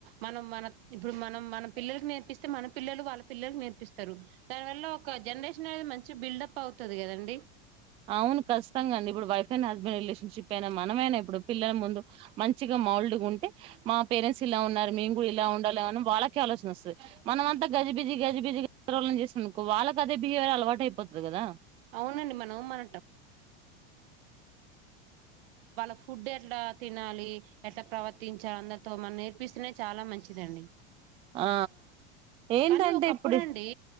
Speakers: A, on the right; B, on the right.
A: మనం మన ఇప్పుడు మనం మన పిల్లలకి నేర్పి మన పిల్లలు వాళ్ళ పిల్లలు నేర్పిస్తారు. దాని వల్ల ఒక జనరేషన్ అనేది మంచి బిల్డప్ అవుతుంది కదండి.
B: అవును ఖచ్చతంగాండి. ఇప్పుడు వైఫ్ అండ్ హస్బెండ్ రిలేషన్షిప్ అయినా మనమైనా ఇప్పుడు పిల్లల ముందు మంచిగా మాల్డ్గా ఉంటే మా పేరెంట్స్ ఇలా ఉన్నారు. మేము కూడా ఇలా ఉండాలి. ఏమన్నా వాళ్ళకే ఆలోచన వస్తుంది మనమ అంతా గజిబిజి గజిబిజిళ చేసిననుకో వాళ్ళకి అదే బిహేవియర్ అలవాటు అయిపోతుంది. కదా
A: అవునండి మన <inaudible> ఎట్లా తినాలి ఎట్లా ప్రవ చార్ అందతో మనం నేర్పిస్తున్నా చాలా మంచిదండి
B: ఆ ఏంటంటే
A: కానీ ఒకప్పుడు
B: ఇప్పుడు
A: అండి